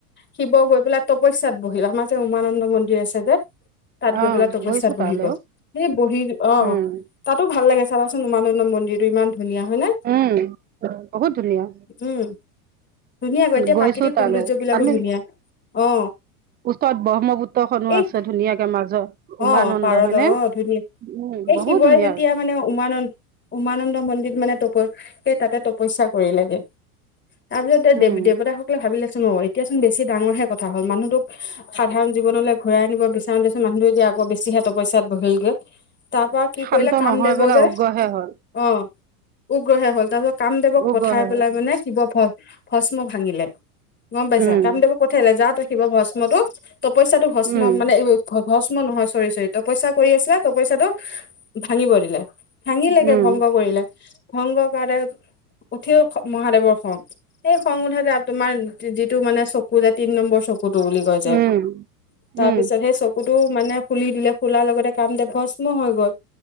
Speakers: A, on the left; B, on the right.
A: শিৱ গৈ পেলাই তপস্যাত বহিল, আমাৰ যে উমানন্দ মন্দিৰ আছে যে তাত গৈ
B: অ',
A: পেলাই তপস্যাত
B: গৈছো
A: বহি
B: তালৈও
A: গ'ল সেই বহি অ
B: উম,
A: তাতো ভাল লাগে চাবাচোন উমানন ন মন্দিৰটো ইমান ধুনীয়া হয় নে
B: উম, বহুত ধুনীয়া
A: উম। ধুনীয়াকৈ এতিয়া
B: গৈছো
A: প্ৰাকৃতিক
B: তালৈ
A: সৌন্দৰ্যবিলাকো
B: আমি
A: ধুনীয়া অ।
B: ওচৰত ব্ৰহ্মপুত্ৰখনো
A: এই
B: আছে ধুনীয়াকে মাজত উমানন্দ
A: অ পাৰত
B: হয়নে?
A: অ ধুনীয়া
B: উম,
A: এই
B: বহুত
A: শিৱই
B: ধুনীয়া
A: যেতিয়া মানে উমানন্দ উমানন্দ মন্দিৰ মানে বৈ সেই তাতে তপস্যা কৰিলেগে, তাৰপিছত দে
B: উম,
A: দেৱতাসকলে ভাবিলে অ এতিয়া চোন বেছি ডাঙৰ হে কথা হল মানুহটোক সাধাৰণ জীৱনলৈ ঘূৰাই নিব বি চাওঁ দে মানুহটো এতিয়া আকৌ বেছিহে তপস্যাত বহিলগৈ। তাৰ পৰা কি
B: শান্ত
A: কৰিলে কাম
B: নহয়
A: দেব
B: পেলাই
A: যে
B: উগ্ৰহে হ'ল
A: অ উগ্ৰহে হ'ল তাৰ পিছত কামদেৱক
B: উগ্ৰহে
A: পঠাই
B: হ'ল
A: পেলাই মানে শিব ভয় ভস্ম ভাঙিলে, গম পাইছা
B: উম,
A: কামদেৱক পঠিয়ালে যাতে শিব ভস্মটোক তপস্যাটো ভস্ম
B: উম,
A: মানে ভস্ম নহয় চৰি চৰি তপস্যা কৰি আছিলে তপস্যাটো ভাঙিব দিলে, ভাঙিলেকে
B: উম,
A: ভংগ কৰিলে ভংগ কৰাতে উঠি মহাদেৱৰ খং, সেই খং উঠা তোমাৰ যিটো মানে চকু যে তিন নম্বৰ চকু চকুটো বুলি কয় যে,
B: উম,
A: তাৰ
B: উম,
A: পিছত সেই চকুটো মানে খুলি দিলে খুলাৰ লগতে কাম দেৱ ভস্ম হৈ গল,